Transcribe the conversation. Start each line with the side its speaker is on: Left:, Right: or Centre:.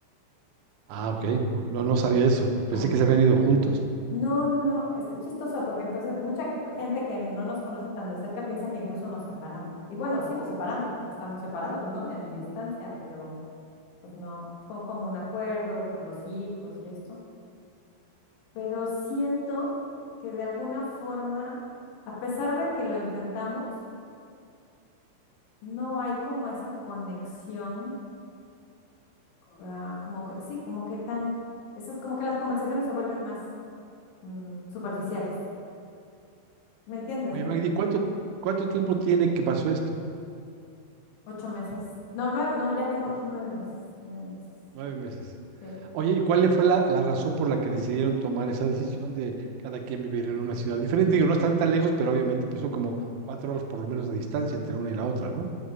Right: Ah, ok, no, no, no sabía eso. Pensé
Left: Ay,
Right: que se habían ido juntos.
Left: no, no, no, es, es chistoso porque entonces mucha gente que no nos conoce tan de cerca piensa que incluso nos separamos. Y bueno, sí nos separamos porque estamos separados, ¿no? En distancia, pero... pues no, fue como un acuerdo por los hijos y esto, pero siento que de alguna forma, a pesar de que lo intentamos, no hay como esa conexión, ah, como que, sí, como que tan, esas, como que las conversaciones se vuelven más mm, superficiales, ¿me entiendes,
Right: Oye,
Left: no?
Right: Magdi, ¿cuánto, cuánto tiempo tiene que pasó esto?
Left: Ocho meses. No, nueve, no, ya tengo
Right: O-
Left: aquí nueve meses, nueve meses.
Right: Nueve meses.
Left: Sí.
Right: Oye, ¿y cuál le fue la, la razón por la que decidieron tomar esa decisión de cada quien vivir en una ciudad diferente? Digo, no están tan lejos, pero obviamente pues son como cuatro horas por lo menos de distancia entre una y la otra, ¿no?